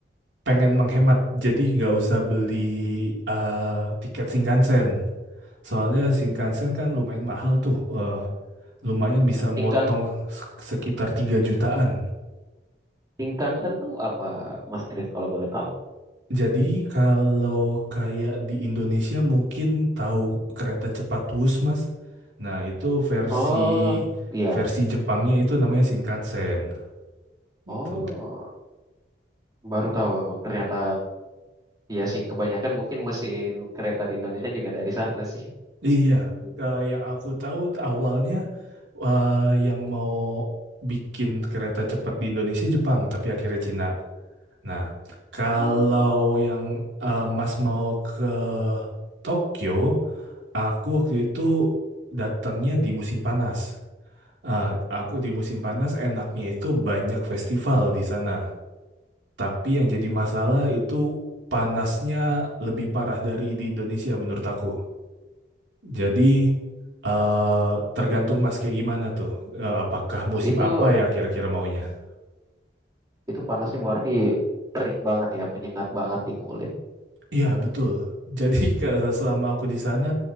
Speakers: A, on the right; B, on the right.
A: pengen menghemat jadi nggak usah beli eh, tiket Shinkansen soalnya Shinkansen kan lumayan mahal tuh eh, lumayan bisa
B: Tingkan
A: motong se- sekitar tiga jutaan
B: Shinkansen tuh apa, Mas Chris? kalau boleh tahu?
A: Jadi kalau kayak di Indonesia mungkin tahu kereta cepat Wus, Mas. Nah, itu versi
B: Oh, iya.
A: versi Jepangnya itu namanya Shinkansen. Gitu.
B: Oh, baru tahu aku. Ternyata ya sih kebanyakan mungkin mesin kereta di Indonesia juga dari sana sih.
A: Iya, eh, yang aku tahu awalnya eh, yang mau bikin kereta cepat di Indonesia Jepang, tapi akhirnya Cina. Nah, kalau
B: Hmm,
A: yang eh, Mas mau ke Tokyo, aku waktu itu datangnya di musim panas. Ah, aku di musim panas enaknya itu banyak festival di sana. Tapi yang jadi masalah itu panasnya lebih parah dari di Indonesia menurut aku. Jadi eh tergantung mas kayak gimana tuh. Eh, apakah musim
B: itu
A: apa ya kira-kira maunya?
B: itu panasnya berarti terik banget ya, menyengat banget di kulit.
A: Iya betul. Jadi <laughs> ke- selama aku di sana